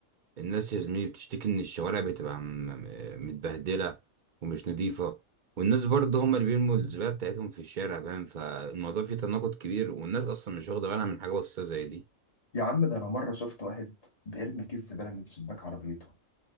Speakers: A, on the right (about 55°); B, on the left (about 30°).
A: الناس يا زميلي بتشتكي ان الشوارع بتبقى م- م- متبهدله ومش نظيفه والناس برضه هم اللي بيرموا الزباله بتاعتهم في الشارع فاهم فالموضوع فيه تناقض كبير والناس اصلا مش واخده بالها من حاجه بسيطه زي دي
B: يا عم ده أنا مرة شفت واحد بيرمي كيس زبالة من شباك عربيته